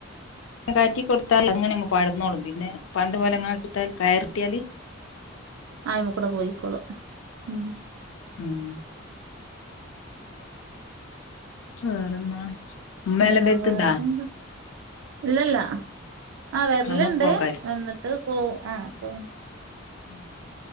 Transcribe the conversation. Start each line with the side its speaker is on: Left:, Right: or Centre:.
Left: കാറ്റിക്ക കൊടുത്താൽ അങ്ങനെങ്ങ് പാടർന്നോളും പിന്നെ പന്ത് പോലെങ്ങിത്താൽ കയർത്തിയാല്
Right: ആയിമ കൂടെ പോയിക്കോളും ഉം
Left: ഉം വേറെന്നാ ഉമ്മേല
Right: വേറെന്താ
Left: ബത്തണ്ടാ
Right: ഇല്ലല്ല ആ വരലുണ്ടേ
Left: അങ്ങോട്ട് പോക്കായിരിക്കും
Right: എന്നിട്ട് പോ ആഹ് പോയി
Left: <inaudible>